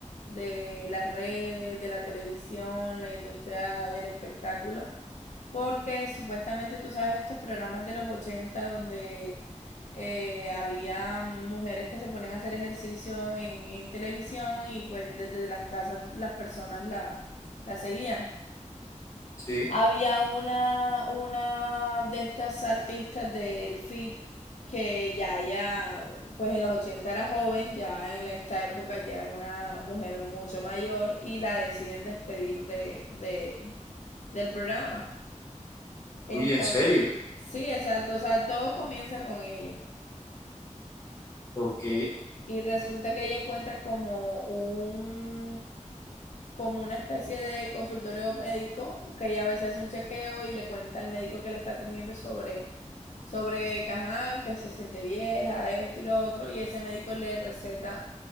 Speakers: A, on the left; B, on the left.
A: de las redes, de la televisión, la industria del espectáculo. Porque supuestamente tú sabes estos programas de los 80 donde eh, había mujeres que se ponían a hacer ejercicio en, en televisión y pues desde las casas las personas la, la seguían.
B: sí.
A: Había una, una de estas artistas del fit que ya, ya, pues en los 80 era joven, ya en esta época ya es una mujer mucho mayor y la deciden despedir de, de del programa. Entonces,
B: Uy, en serio.
A: Sí, exacto. O sea, todo comienza con ella.
B: Ok,
A: Y resulta que ella encuentra como un como una especie de consultorio médico que ella a veces hace un chequeo y le cuenta al médico que la está atendiendo sobre sobre que, ajá, que se siente vieja, esto y lo otro y ese médico le receta